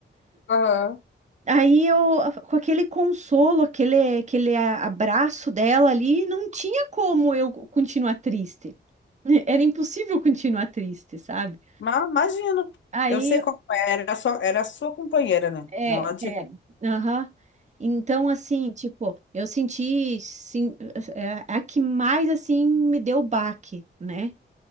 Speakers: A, on the left; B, on the right.
A: Aham.
B: Aí eu, com aquele consolo, aquele, aquele abraço dela ali, não tinha como eu continuar triste. <laughs> Era impossível continuar triste, sabe?
A: Mas imagino.
B: Aí,
A: Eu sei como é. Era sua, era sua companheira, né?
B: é,
A: Não adianta.
B: é, aham. Então, assim, tipo, eu senti, sim, é, é a que mais, assim, me deu baque, né?